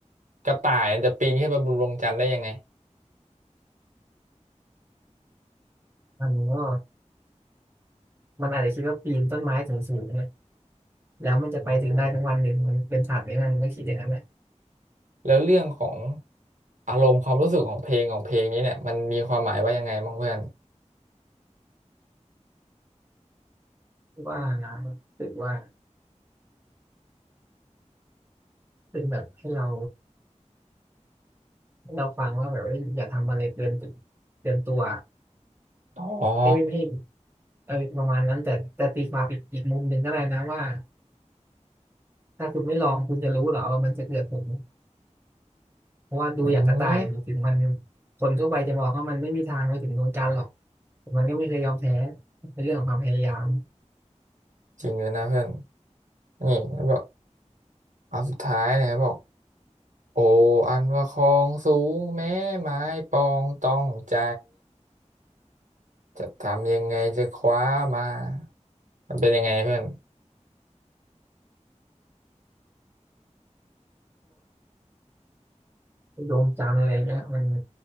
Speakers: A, on the right; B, on the right.
A: กระต่ายมันจะปีนขึ้นไปบนดวงจันทร์ได้ยังไง
B: มันก็ มันอาจจะคิดว่าปีนต้นไม้สูงสูงเนี่ยแล้วมันจะไปถึงได้ทั้งวันหนึ่งมันเป็นศาสตร์ไหมมันก็คิดอย่างนั้นแหละ
A: อืม แล้วเรื่องของอารมณ์ความรู้สึกของเพลงของเพลงนี้เนี่ยมันมีความหมายว่ายังไงบ้างเพื่อน
B: ว่านะรู้สึกว่าเป็นแบบให้เราให้เราฟังว่าแบบว่าอย่าทำอะไรเกินเกินตัว
A: อ๋อ
B: ให้ไม่ไม่ให้เออประมาณนั้นแต่แต่ตีความอีกอีกมุมหนึ่งก็ได้นะว่าถ้าคุณไม่ลองคุณจะรู้เหรอว่ามันจะเกิดผลเพราะว่าดูอย่างกระต่ายถึงมัน
A: อืม
B: คนทั่วไปจะบอกว่ามันไม่มีทางไปถึงดวงจันทร์หรอกแต่มันก็ไม่เคยยอมแพ้เป็นเรื่องของความพยายาม
A: จริงเลยนะเพื่อนนี่เขาบอกเอาสุดท้ายนะครับบอกโออันว่าคลองสูงแม้ไม้ปองต้องใจจะทำยังไงจะคว้ามามันเป็นยังไงเพื่อน
B: ดวงจันทร์อะไรเงี้ยมัน